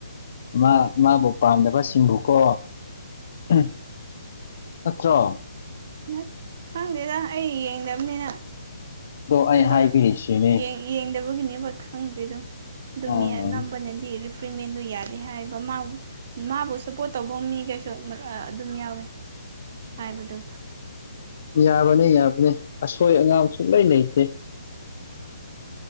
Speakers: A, on the left (about 55°); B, on the right (about 45°).
A: ꯃꯥ ꯃꯥꯕꯨ ꯄꯥꯝꯗꯕꯁꯤꯡꯕꯨꯀꯣ ꯎꯝ ꯅꯠꯇ꯭ꯔꯣ
B: ꯅꯠ ꯈꯪꯗꯦꯗ ꯑꯩ ꯌꯦꯡꯗꯕꯅꯤꯅ
A: ꯑꯩ
B: ꯑꯗꯣ
A: ꯍꯥꯏꯕꯤꯔꯤꯁꯤꯅꯦ
B: ꯌꯦꯡ ꯌꯦꯡꯗꯕꯒꯤꯅꯦꯕ ꯈꯪꯗ꯭ꯔꯤꯗꯣ ꯑꯗꯨ
A: ꯎꯝ
B: ꯃꯤ ꯑꯅꯝꯕꯅꯗꯤ ꯔꯤ ꯐ꯭ꯔꯤꯃꯦꯟꯗꯣ ꯌꯥꯗꯦ ꯍꯥꯏꯌꯦꯕ ꯃꯥ ꯃꯥꯕꯨ ꯁꯞꯄꯣꯔꯠ ꯇꯧꯕ ꯃꯤꯒꯩꯁꯨ ꯃꯔꯛ ꯑ‌ ꯑꯗꯨꯝ ꯌꯥꯎꯋꯦ ꯍꯥꯏꯕꯗꯣ
A: ꯌꯥꯕꯅꯦ ꯌꯥꯕꯅꯦ ꯑꯁꯣꯏ ꯑꯉꯥꯝ ꯁꯨꯡꯂꯩ ꯂꯩꯇꯦ